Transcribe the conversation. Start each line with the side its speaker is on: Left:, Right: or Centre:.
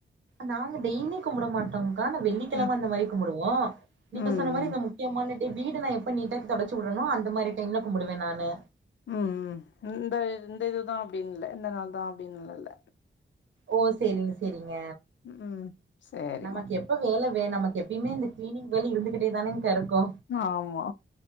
Right: நாங்க டெய்லியு கும்புட மாட்டங்க்கா நா வெள்ளிக்கெழம
Left: ம்
Right: அந்த மாரி கும்புடுவோ நீங்க
Left: ம்
Right: சொன்ன மாரி
Left: ம்
Right: இந்த முக்கியமான டே வீடு நா எப்ப நீட்டா தொடச்சி உட்றனோ அந்த மாரி டைம்ல கும்புடுவ நானு
Left: ம் ம் இந்த இந்த இதுதா அப்டின் இல்ல இந்த நாள் தா அப்டின்லா இல்ல
Right: ஓ செரிங்க செரிங்க
Left: ம் ம் சேரிம்மா
Right: நமக்கு எப்ப வேலவே நமக்கு எப்பயுமே இந்த கிளீனிங் வேல இருந்துகிட்டே தானேங்க்கா இருக் க்கோ
Left: ஆமா